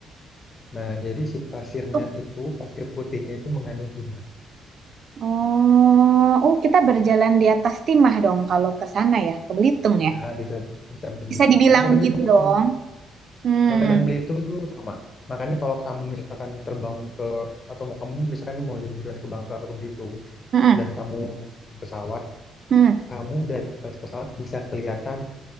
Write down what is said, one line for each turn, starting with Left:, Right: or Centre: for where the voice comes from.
Left: Nah, jadi si pasirnya
Right: Tuh.
Left: itu, pasir putihnya itu mengandung timah.
Right: Oh, oh kita berjalan di atas timah dong kalau ke sana ya, ke Belitung ya.
Left: Ya, bisa bisa begitu.
Right: Bisa dibilang
Left: Antara
Right: begitu
Left: Belitung dan
Right: dong.
Left: Bangka,
Right: Hmm,
Left: Bangka dan Belitung itu sama. Makanya kalau kamu misalkan terbang ke atau mau kamu misalkan mau liburan ke Bangka atau ke Belitung,
Right: Mm-mm.
Left: dan kamu naik pesawat,
Right: Hmm.
Left: kamu dari atas pesawat bisa kelihatan